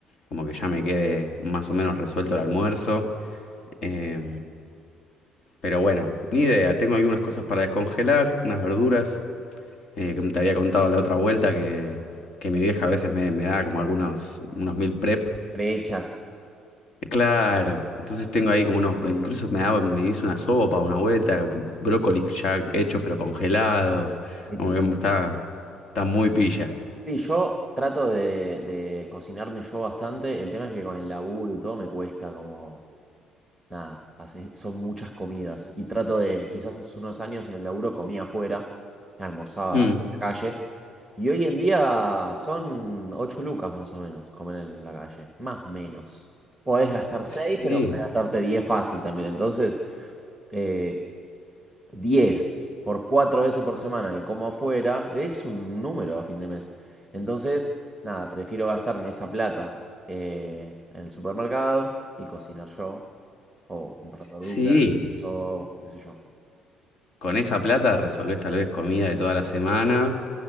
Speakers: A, on the left (about 50°); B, in the centre.
A: como que ya me quede más o menos resuelto el almuerzo. Eh, Pero bueno, ni idea. Tengo algunas cosas para descongelar, unas verduras, eh, que te había contado la otra vuelta que, que mi vieja a veces me, me da como algunos unos meal prep.
B: Prehechas.
A: Eh, Claro, entonces tengo ahí como unos, incluso me daba, me hizo una sopa, una vuelta, brócolis ya hechos pero congelados.
B: Epi.
A: Como que está, está muy pilla.
B: Sí, yo trato de, de cocinarme yo bastante. El tema es que con el laburo y todo me cuesta como... Nada, hace- son muchas comidas. Y trato de, quizás hace unos años en el laburo comía afuera, almorzaba
A: Mm.
B: en la calle, Y hoy en día son 8 lucas más o menos comer en la calle, más menos. Podés gastar seis
A: Sí,
B: pero podés gastarte 10 fácil también. Entonces, eh, 10 por 4 veces por semana que como afuera es un número a fin de mes. Entonces, nada, prefiero gastarme esa plata eh, en el supermercado y cocinar yo o comprar verduras
A: sí.
B: o qué sé yo.
A: Con esa plata resolvés tal vez comida de toda la semana.